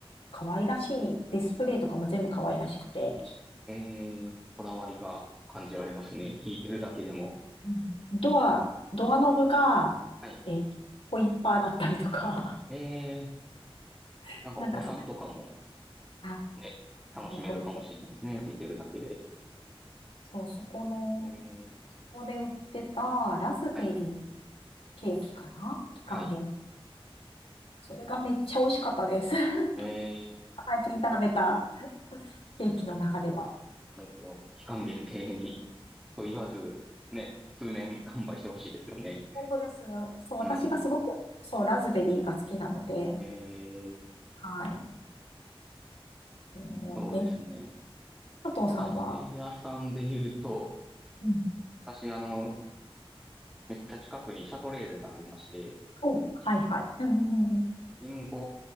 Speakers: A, on the left; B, in the centre.
A: 可愛らしいディスプレイとかも全部可愛らしくて、
B: えー、こだわりが感じられますね。聞いてるだけでも。
A: うんドア、ドアノブが、
B: はい。
A: えっと、ホイッパーだったりとか、
B: えー、
A: <laughs>
B: なんかお子さんとかも
A: なんかそれ、あ、
B: ね、楽しめるかもしれないですね。
A: 喜びそう。
B: 見てるだけで。
A: そう、そこの、
B: えー、
A: ここで売ってたラズベリー
B: はい。
A: ケーキかな期間限定。
B: はい。
A: それがめっちゃ美味しかったです。<laughs>
B: えー
A: 最近食べたケーキの中では。
B: なるほど。期間限定に、と言わず、ね、通年完売してほしいですよね。
A: 本当です。そう、私がすごく、
B: うん。
A: そう、ラズベリーが好きなので、
B: えー、
A: はい。えー、
B: そうですね。
A: え、佐藤さんは、
B: お菓子屋さんで言うと、
A: うん。
B: 私、あの、めっちゃ近くにシャトレーゼがありまして、
A: お、はいはい。うんうんうん
B: 信号